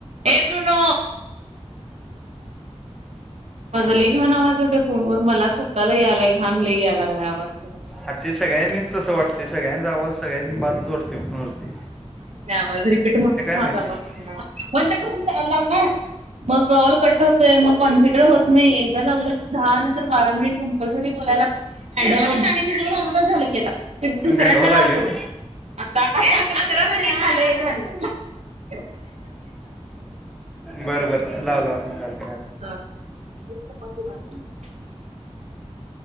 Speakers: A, on the right; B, in the centre.
A: हे ब्र न माझा लि घाण आवाज यता फोनवर मला स्वतःला यायलाय घाण ल यायला लागलाय आवाज करून.
B: आ ते सगळ्यांनीच तसं वाटते सगळ्यांच आवाज सगळ्यांनी बाजूच वाटते फोन वरती
A: नाही आवाज रिपीट म्हणच माझा
B: माहिती
A: आवाज बंद करून चाललाव ना. मग कऑल कट होतय मग कॉन्सिडर होत नाही एकदा लावलं की दहा नंतर बारा मिनिट कंपलसरी बोलायला लागड झा दुसऱ्यांदा
B: गंडवा लागलेच
A: लावलो. आडेकंग झा झा.
B: बर बर ला लाव चाल.
A: ह.